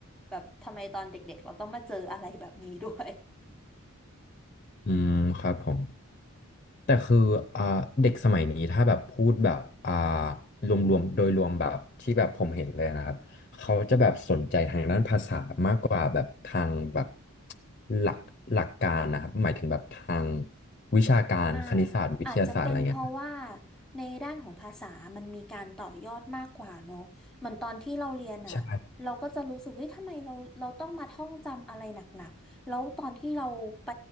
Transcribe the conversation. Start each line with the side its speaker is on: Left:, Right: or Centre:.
Centre: แบบทำไมตอนเด็กๆเราต้องมาเจออะไรแบบนี้ด้วย
Left: อืมครับผม แต่คืออ่าเด็กสมัยนี้ถ้าแบบพูดแบบอ่ารวมๆโดยรวมแบบที่แบบผมเห็นเลยนะครับเขาจะแบบสนใจทางด้านภาษามากกว่าแบบทางแบบหลักหลักการนะครับหมายถึงแบบทางวิชาการคณิตศาสตร์วิทยาศาสตร์อะไรเงี้ยครับ
Centre: อ่าอาจจะเป็นเพราะว่าในด้านของภาษามันมีการต่อยอดมากกว่าเนอะเหมือนตอนที่เราเรียนอ่ะเราก็จะรู้สึกเฮ้ยทำไมเราเราต้องมาท่องจำอะไรหนักๆ
Left: ใช่
Centre: แล้วตอนที่เราไป